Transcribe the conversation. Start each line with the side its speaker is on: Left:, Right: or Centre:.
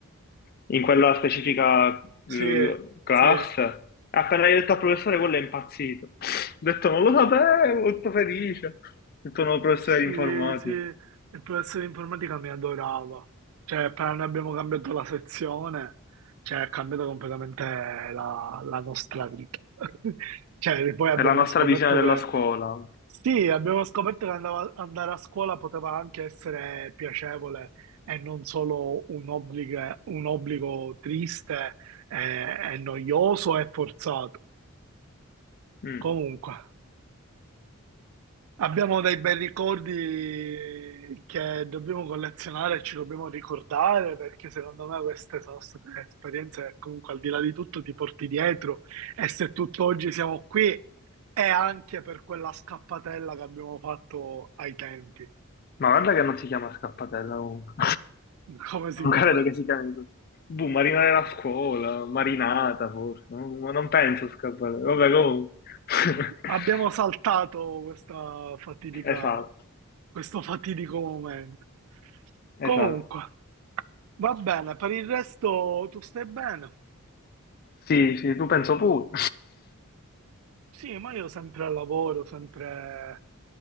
Left: in quella specifica eh,
Right: Sì,
Left: classe.
Right: sì.
Left: Appena hai detto al professore, quello è impazzito. <laughs> Ho detto, non lo sapevo, molto felice. Ho detto, no, professore
Right: Sì,
Left: di informatica.
Right: sì, il professore di informatica mi adorava. Cioè, appena noi abbiamo cambiato la sezione, cioè, ha cambiato completamente la, la nostra vita. <laughs> Cioè, poi
Left: È
Right: abbiamo
Left: la nostra
Right: scoperto
Left: visione della
Right: che,
Left: scuola.
Right: sì, abbiamo scoperto che andava- andare a scuola poteva anche essere piacevole e non solo un obbligo, un obbligo triste e, e noioso e forzato.
Left: Mm.
Right: Comunque. Abbiamo dei bei ricordi che dobbiamo collezionare e ci dobbiamo ricordare perché secondo me queste sono state esperienze che comunque al di là di tutto ti porti dietro e se tutt'oggi siamo qui è anche per quella scappatella che abbiamo fatto ai tempi.
Left: Ma guarda che non si chiama scappatella comunque.
Right: Come si
Left: Non
Right: chiama?
Left: credo che si chiami così. Boh, marinare la scuola, marinata forse, non- ma non penso scappare. Vabbè, comunque. <laughs>
Right: Abbiamo saltato questa fatidica,
Left: Esatto,
Right: questo fatidico momento.
Left: esatto.
Right: Comunque, va bene, per il resto tu stai bene.
Left: Sì, sì, tu penso pure.
Right: Sì, ma io sempre al lavoro, sempre,